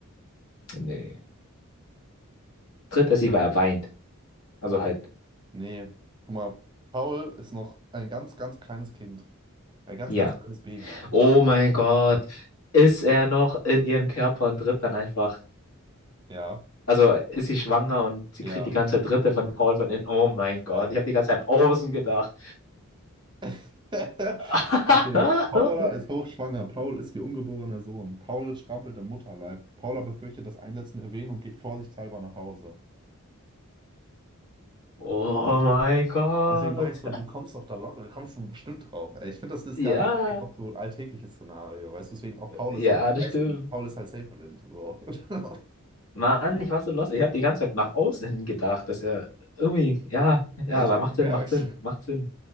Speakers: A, on the left; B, on the right.
A: Nee. Tritt er sie, weil er weint. Also halt,
B: nee. Guck mal, Paul ist noch ein ganz, ganz kleines Kind. Ein ganz,
A: ja.
B: ganz kleines Baby.
A: Oh mein Gott. Ist er noch in ihren Körper und tritt dann einfach.
B: Ja,
A: Also ist sie schwanger und sie
B: ja,
A: kriegt die ganze Zeit Dritte von Paul von innen. Oh mein Gott,
B: ja.
A: ich habe die ganze Zeit an außen gedacht.
B: <laughs>
A: <laughs>
B: Okay. Paula ist hochschwanger. Paul ist ihr ungeborener Sohn. Paul strampelt im Mutterleib. Paula befürchtet das Einsetzen der Wehen und geht vorsichtshalber nach Hause.
A: Oh mein Gott.
B: Deswegen war ich so, du kommst doch da locker, du kommst schon bestimmt drauf. Ey, Ich finde, das ist
A: Ja.
B: gar deswegen auch so ein alltägliches Szenario, weißt du? Deswegen auch Paul
A: Ja,
B: ist halt,
A: das
B: weißt
A: stimmt.
B: du, Paul ist halt safe blind. So. <laughs>
A: Mann, ich war so lost. Ich habe die ganze Zeit nach außen hin gedacht, dass er irgendwie, ja, ja,
B: Ja, ich
A: aber
B: habe
A: macht
B: gemerkt.
A: Sinn, macht Sinn, macht Sinn.